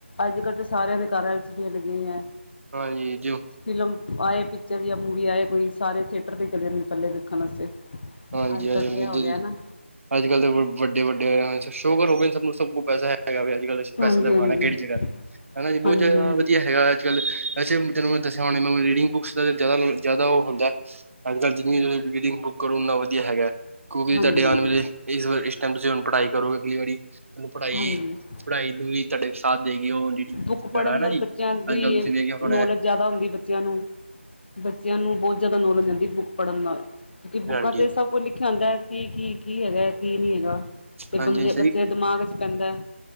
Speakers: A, on the left; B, on the right.
A: ਅੱਜ ਕੱਲ੍ਹ ਤੇ ਸਾਰਿਆਂ ਦੇ ਕਾਰ ਐਲ-ਸੀ-ਡੀ ਆਂ ਲੱਗੀ ਦੀਆਂ।
B: ਹਾਂਜੀ, ਜਿਓ।
A: ਫਿਲਮ ਆਏ ਪਿਕਚਰ ਜਾਂ ਮੂਵੀ ਆਏ ਕੋਈ, ਸਾਰੇ ਥੀਏਟਰ 'ਤੇ ਚਲੇ ਜਾਂਦੀ ਪਥੱਲੇ ਦੇੇਖਣ ਵਾਸਤੇ।
B: ਹਾਂਜੀ
A: ਅੱਜ-ਕਲ
B: ਹਾਂਜੀ
A: ਤੇ ਐ ਹੋ ਗਿਆ ਨਾ
B: ਅੱਜ ਕੱਲ ਦੇ ਵੱਡੇ- ਵੱਡੇ ਸ਼ੋਗਰ ਹੋ ਗਏ ਸ ਸਭ ਪੈਸਾ ਹੈਗਾ ਵੀ ਅੱਜ ਕੱਲ।
A: ਹਾਂਜੀ
B: ਪੈਸਾ ਲ ਦਿਖਾਉਣਾ
A: ਹਾਂਜੀ
B: ਕਿਹੜੀ ਜਗ੍ਹਾ, ਹਨਾ ਜੀ ਬਹੁਤ
A: ਹਾਂਜੀ
B: ਜਗ੍ਹਾ
A: ਹਾਂਜੀ
B: ਵਧੀਆ ਹੈਗਾ ਅੱਜ ਕੱਲਸੇ ਜਦ ਮੈਂ ਦੱਸਿਆ ਹੋ ਮ ਰੀਡਿੰਗ ਬੁੱਕਸ ਦਾ ਜ਼ਿਆਦਾ- ਜ਼ਿਆਦਾ ਉਹ ਹੁੰਦਾ ਹੈ। ਅੱਜ ਕੱਲ ਜਿੰਨੀ ਤੁਂ ਰੀਡਿੰਗ ਬੁੱਕ ਕਰੋ ਉਨਾ ਵਧੀਆ ਹੈਗਾ। ਕੁਕੀ
A: ਹਾਂਜੀ
B: ਤੁਹਾਡੇ ਆਣ
A: ਹਾਂਜੀ
B: ਵੇਲੇ, ਇਸ ਇਸ ਟਾਈਮ ਤੁਸੀਂ ਹੁਣ ਪੜ੍ਹਾਈ ਕਰੋਗੇ ਅਗਲੀ ਵਾਰੀ ਤੁਹਾਨੂੰ ਪੜ੍ਹਾਈ
A: ਹਾਂਜੀ
B: ਪੜ੍ਹਾਈ ਨੂੰ ਹੀ ਤੁਹਾਡੇ ਸਾਥ ਦੇਗੀਈ ਉਹ ਰੀਡਿੰਗ ਬੁੱਕਸ
A: ਬੁੱਕ
B: ਵਗੈਰਾ
A: ਪੜ੍ਹਨ
B: ਹਨਾ
A: ਨਾਲ
B: ਜੀ
A: ਬੱਚਿਆਂ ਦੀ
B: ਅੱਜ ਕੱਲ੍ਹ ਤੁਸੀਂ ਵੇਖਿਆ ਹੋਣਾ
A: ਨੌਲੇਜ ਜ਼ਿਆਦਾ ਹੁੰਦੀ ਬੱਚਿਆਂ ਨੂੰ, ਬੱਚਿਆਂ ਨੂੰ ਬਹੁਤ ਜ਼ਿਆਦਾ ਨੌਲੇਜ ਆਉਦੀ ਬੁੱਕ ਪੜ੍ਹਨ ਨਾਲ। ਕਿਉਂਕਿ ਬੁੱਕਾਂ
B: ਹਾਂਜੀ
A: ਤੇ
B: ਹਾਂਜੀ
A: ਸਭ ਕੁਝ ਲਿਖਿਆ ਹੁੰਦਾ ਐ, ਕੀ ਕੀ ਕੀ ਹੈਗਾ ਕੀ ਨਹੀਂ ਹੈਗਾ। ਤੇ ਬੰਦੇ,
B: ਹਾਂਜੀ
A: ਬੱਚੇ ਦੇ ਦਿਮਾਗ ਚ' ਪੈਂਦਾ।